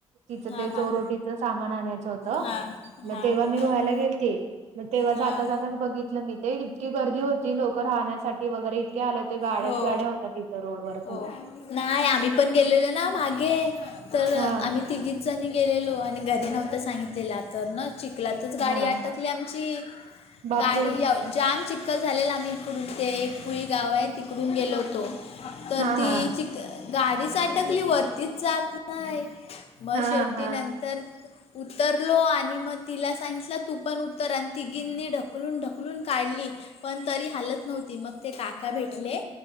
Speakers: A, on the right (about 90°); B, on the left (about 60°).
A: तिच
B: हां
A: ते
B: हां
A: चोरोटीच सामान आणायचं होत.
B: हां
A: मग
B: हां
A: तेव्हा
B: बरोबर
A: मी रोहायला गेलते मग तेव्हा
B: हां
A: जाता जाता बघितला मी ते. इतकी गर्दी होती लोकं राहण्यासाठी वगैरे इतके आले होते गाड्याच
B: हो
A: गाड्या होतात तिथं रोड वर
B: हो
A: खूप.
B: नाही आम्ही पण गेलेलो ना मागे तर
A: हा
B: आम्ही तिघी. जणी गेलेलो आणि घरी नव्हता सांगितलेलं आता. तर ना चिखलातच गाडी
A: हा
B: आटकली आमची.
A: बापरे
B: गाडी जाम चिक्खल झालेल आम्ही इकडून ते एक पुई गाव आहे तिकडून गेलो होतो. तर
A: हा
B: ती
A: हा
B: चीक गाडीच अटकली वरतीच जात नाही. मग
A: हा
B: शेवटी
A: हा
B: नंतर. उतरलो आणि मग तिला सांगितलं तू पण उतर आणि तिघींनी ढकलून ढकलून. काढली, पण तरी हालत नव्हती मग ते काका भेटले.